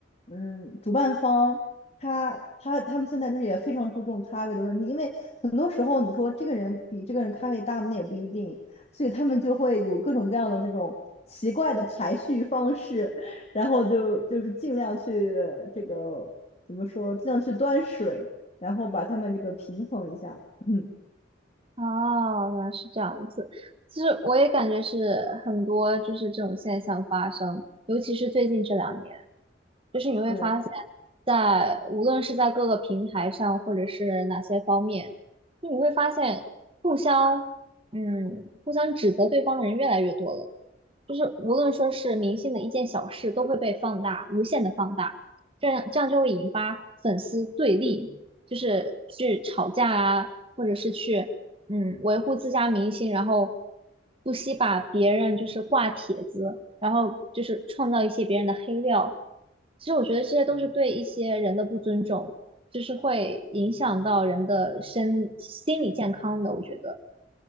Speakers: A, on the left (about 35°); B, on the right (about 30°).
A: 嗯，主办方他他他们现在就是也非常注重咖位的问题，因为很多时候你说这个人比这个人咖位大，那也不一定，所以他们就会有各种各样的这种奇怪的排序方式，然后就就是尽量去这个怎么说，尽量去端水，然后把他们这个平衡一下。<laughs> <clears throat>
B: 哦，原来是这样子。其实我也感觉是很多就是这种现象发生，尤其是最近这两年，就是你会发现
A: 对，
B: 在，无论是在各个平台上，或者是哪些方面，就你会发现互相嗯互相指责对方的人越来越多了。就是无论说是明星的一件小事，都会被放大，无限的放大，这样这样就会引发粉丝对立，就是去吵架啊，或者是去嗯，维护自家明星，然后不惜把别人就是挂帖子，然后就是创造一些别人的黑料。其实我觉得这些都是对一些人的不尊重，就是会影响到人的身心理健康的，我觉得。